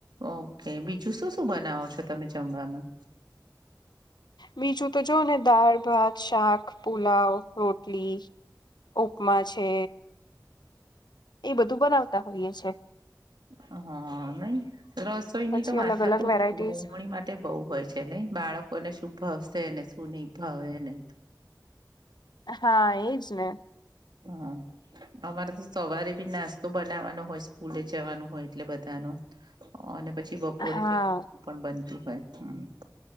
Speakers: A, on the right; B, on the left.
A: ઓકે બીજું શું શું બનાવો છો તમે જમવામાં
B: બીજું તો જો ને દાળ ભાત શાક પુલાવ રોટલી ઉપમા છે. એ બધું બનાવતા હોઈએ છે.
A: હા નહી રસોઈની
B: પછી
A: તો માથાકૂટ
B: અલગ અલગ વેરાયટીઝ
A: ગૃહણી માટે બઉ હોય છે નહી બાળકોને શું ભાવશે ને શું નહી ભાવેને.
B: હા એજ ને.
A: હમ્મ. અમારે તો સવારે બી નાસ્તો બનાવાનો હોય સ્કૂલે જવાનો હોય એટલે બધાનો. અને પછી બપોરે
B: હા
A: જ <inaudible> પણ બનતું હોય, હમ્મ.